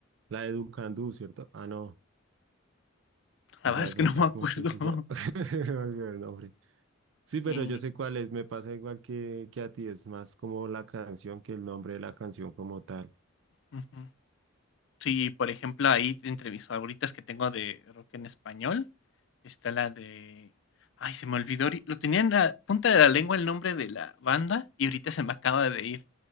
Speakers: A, on the right; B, on the left.
A: la de Ducandú, ¿cierto? Ah, no, esa
B: La verdad es
A: es
B: que
A: otra,
B: no me acuerdo.
A: ¿cómo es que se
B: <laughs>
A: llama? <laughs> Se Me olvidó el nombre. Sí,
B: Sí.
A: pero yo sé cuál es, me pasa igual que, que a ti, es más como la canción que el nombre de la canción como tal.
B: ujú. Sí, por ejemplo, ahí entre mis favoritas que tengo de rock en español, está la de... Ay, se me olvidó, ahori- lo tenía en la punta de la lengua el nombre de la banda y ahorita se me acaba de ir.